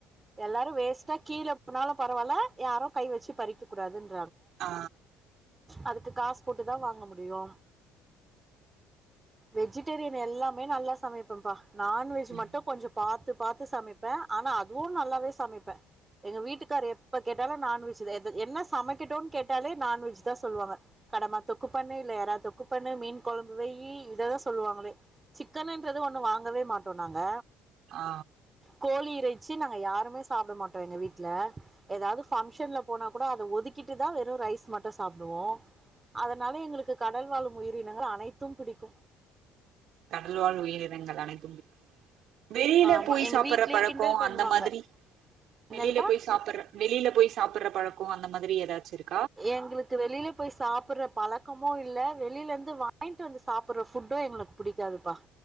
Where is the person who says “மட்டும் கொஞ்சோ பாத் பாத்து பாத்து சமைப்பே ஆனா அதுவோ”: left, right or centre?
Right